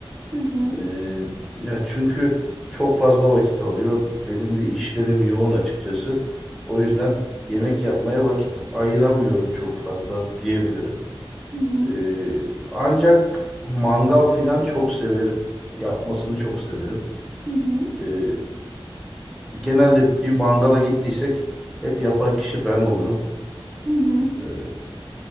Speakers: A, on the right; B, in the centre.
A: Hı hı.
B: Ee, ya çünkü çok fazla vakit alıyor. Benim de işlerim yoğun açıkçası. O yüzden yemek yapmaya vakit ayıramıyorum çok fazla diyebilirim.
A: Hı hı.
B: Ee, ancak mangal filan çok severim. Yapmasını çok severim.
A: Hı hı.
B: Ee, Genelde bir mangala gittiysek hep yapan kişi ben olurum.
A: Hı hı.
B: Ee,